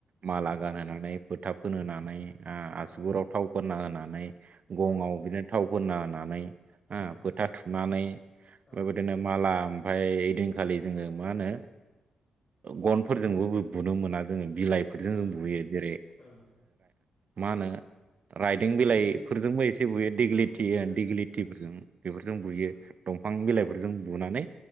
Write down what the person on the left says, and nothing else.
ओं
ओं
औ
ओं
औ
ओं
ओं
ओं
दिग्लि लिथि
औ बेफोरजों
ओं
ओं
ओं
ओं